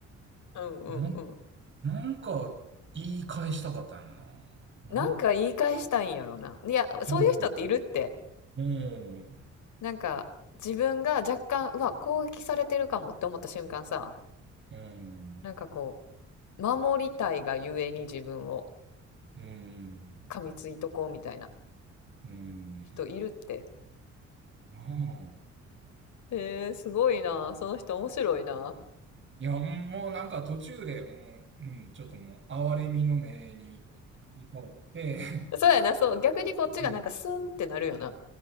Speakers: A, on the left; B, on the right.
A: うんうんうん。
B: なん、なんか、言い返したかったのな。なん、
A: なんか言い返したいんやろな。いや、そういう人っているって。
B: そう。うん。
A: なんか、自分が若干、うわ、攻撃されてるかもって思った瞬間さ、
B: うん。
A: なんかこう、守りたいがゆえに自分を
B: うん。
A: 噛みついとこうみたいな
B: うん。
A: 人いるって。
B: なあ。
A: えー、すごいな。その人面白いな。
B: いや、もうなんか途中でもう、うん、ちょっともう、哀れみの目に、切り替わって、
A: そうやな、そう。逆にこっちがなんかスンってなるよな。
B: <laughs> もう、